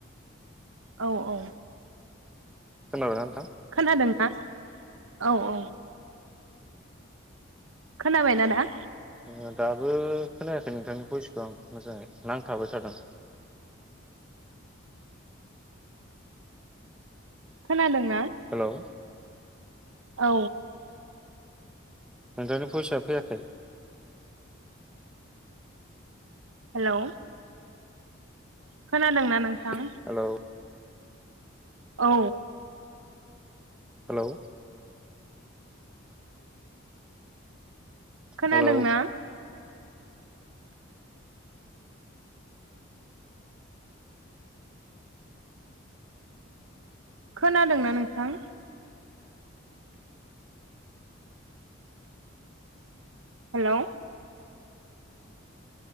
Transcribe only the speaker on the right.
औ औ।
खोनादों। औ औ। खोनाबायना दा?
खोनादों
औ।
हेलौ। खोनादोंना नों थां।
औ।
खोनादोंना?
खोनादोंना नोंथां? हेलौ।